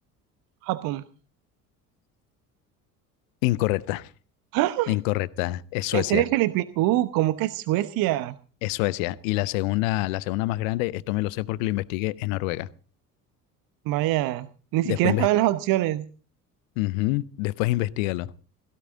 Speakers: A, on the right; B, on the left.
A: Japón.
B: Incorrecta,
A: ¡Ah!
B: incorrecta. Es Suecia,
A: ¿En serio, Felipe? Uh, ¿cómo que Suecia?
B: es Suecia. Y la segunda, la segunda más grande, esto me lo sé porque lo investigué, es Noruega.
A: Vaya, ni siquiera
B: Después,
A: estaban
B: inves-
A: las opciones.
B: Ujú, Después investigalo.